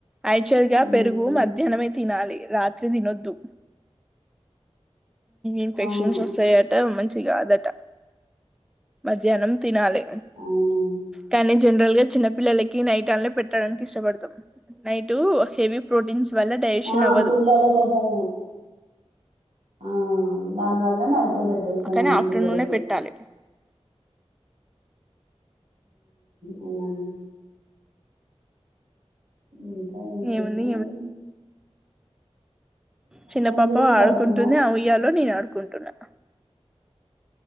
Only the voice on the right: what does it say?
మ్మ్.
అవును
అవునండి
ఆ,
పిల్లలు కొంచెం ఆ, దానివల్ల నైటే పెట్టేస్తాం
మనం
పిల్లలకి
అను అకా నేషనలోని
చేస్తుంది
పడుకుందా